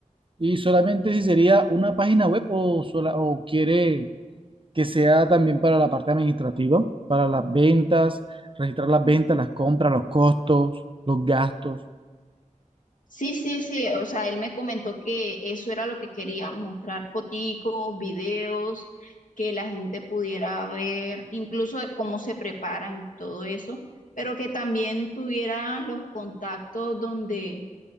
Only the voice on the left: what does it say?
Sí, sí, sí, o sea, él me comentó que eso era lo que quería, mostrar foticos, videos, que la gente pudiera ver, incluso de cómo se preparan, todo eso, pero que también tuvieran los contactos donde